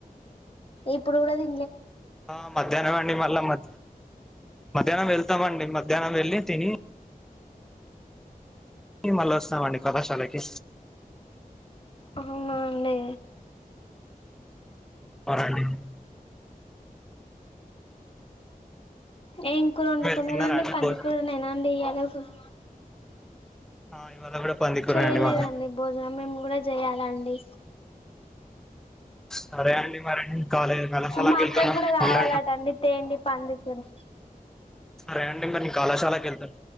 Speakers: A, on the left (about 40°); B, in the centre.
A: ఇప్పుడ్ కూడా ది
B: ఆ మధ్యాహ్నమ్ మళ్ళా మ మధ్యాహ్నం వెళ్తామండి మధ్యాహ్నం వెళ్ళి తిని మళ్ళొస్తామండి కళాశాలకి
A: హవునాండి
B: నండి
A: ఏంకూరొండుకున్నన్నారుండి
B: మీరు తిన్నారా అండి
A: పందికూరు
B: భో
A: నేనా అండి ఇయ్యాలగ్ సర్
B: ఆ ఇవాళ కూడా పందికూర
A: చేయలేదండి
B: అండి మాకు
A: భోజనం మేము కూడా చేయ్యాలండి
B: సరే అండి మరి నేను కాలేజ్ కళాశాలకు
A: మా
B: వెళ్తున్నా
A: అక్కకి కూడా కావాలటండి
B: మళ్ళీ
A: తేండి <unintelligible>
B: సరే అండి మరి నీ కళాశాలాకు వెళ్తాను